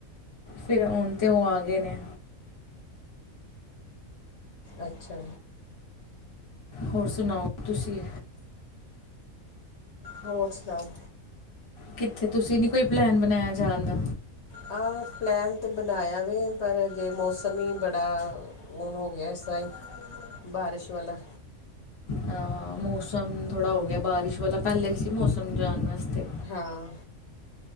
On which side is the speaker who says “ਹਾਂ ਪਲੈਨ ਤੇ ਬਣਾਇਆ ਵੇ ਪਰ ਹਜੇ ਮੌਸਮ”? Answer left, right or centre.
Left